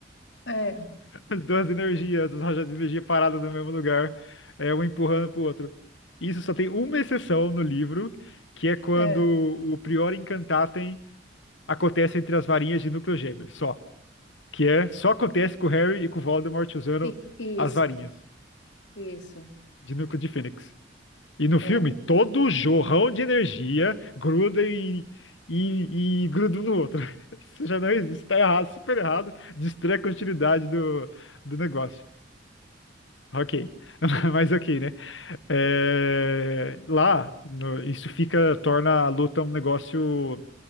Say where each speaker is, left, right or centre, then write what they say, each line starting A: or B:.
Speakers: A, on the left; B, on the left.
A: É,
B: <laughs> As duas energias, as rajadas de energia paradas no mesmo lugar, é, um empurrando pro outro. Isso só tem uma exceção no livro, que é quando
A: é,
B: o Prior Incantatem acontece entre as varinhas de núcleo gêmeo, só. Que é, só acontece com o Harry e com o Voldemort usando
A: e- isso,
B: as varinhas.
A: isso,
B: de núcleo de Fênix. E no filme,
A: é,
B: todo o jorrão de energia gruda e, e, e gruda um no outro. <laughs> Isso já não existe, tá errado, super errado. Destrói a continuidade do, do negócio. Ok, <laughs> mas ok, né? É, Lá, no- isso fica, torna a luta um negócio